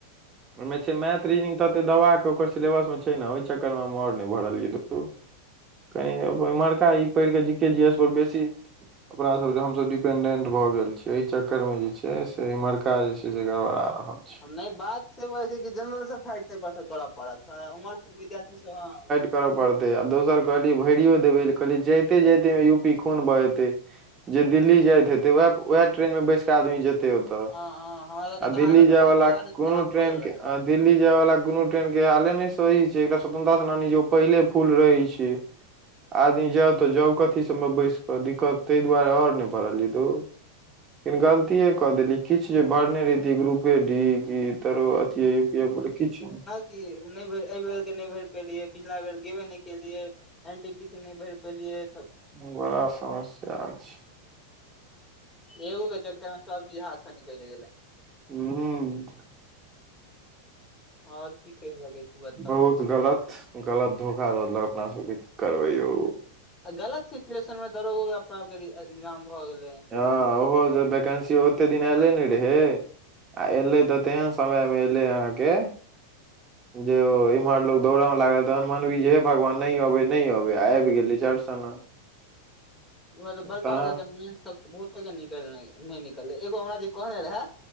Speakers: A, on the left (about 20°); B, on the right (about 25°).
A: रहै
B: ओहि में मैथ रिनिंग तते दवा क ओकर सिलेबस में छै न, ओहि चक्कर मे हम और नहि भरलियै धु कही इमहरका ई पढ़ि के जी के, जी एस पर बेसी अपना सब हमसब डी डिपेंडेंट भए गेल छियै, ए चक्कर में जे छै से इम्हरका जे छै से गड़बड़ा रहल छै।
A: नहि बात से ओ होइ छै कि, जेनरलसँ फाइट ताहिपर करऽ पड़त उमहर के विद्यार्थी सब हँ
B: करय पड़तै, आ दोसर कहली भैरियो देबै कहलियै जाइते जाइते मे यू पी खून बहेतै। जे दिल्ली जाइत हेते वैह-वैह ट्रेनमे बैस क आदमी जे तै ओतऽ
A: हँ हँ हँ हमरा सबके
B: आ
A: तऽ
B: दिल्ली
A: हालत
B: जाय
A: हमरा सबके
B: वला
A: हालत
B: कोनो
A: खराब
B: ट्रेन
A: भऽ गेल रहै
B: के, अ दिल्ली जाय वला कोनो ट्रेन के हाले नहि सही छै, एकटा स्वतंत्रता सेनानी जे ओ पहिले फूल रहै छै। आदमी जाउ त जाउ कथी सबमे बैस क, दिक्कत ताहि दुआरे आओर नहि भरलियै धूं। लेकिन गलतीेए क देलियै किछ जे भरने रहितियै ग्रुप पे डी कि तरो अथी यू पी आइ पुलि किछ नहि
A: ई नहि भरि, एहि बेर के नहि भरि पेलियै, पिछला बेर गेबे नहि केलियै। एल टी पी से नहि भरि पेलियै त
B: बड़ा समस्या अछि।
A: एगो के चक्कर मे सब चीज हाथ स निकैल गेलै।
B: हूं हम्म
A: आओर की कैह सकै बताउ
B: बहुत गलत-गलत धोखा द देलक अपना सबके की करबै यौ।
A: गलत सिचुएशन में दरोगो के अपना ओर के एग्जाम भए गेलै।
B: हँ ओहो जे वैकेंसी ओते दिन एयले नहि रहें। आ एलै तऽ तेहन समय मे एलै अहाँके जे ओ इम्हर लोग दौड़ऽ मे लागल, तहन मनबी जे हे भगवान नहि अबै- नहि अबै आबि गेलै झट सना।
A: उहैं त बड़का-बड़का
B: तहन
A: कें गनमान सब के बहुते के निकल नहि निकललै एगो हमरा जे कहने रहै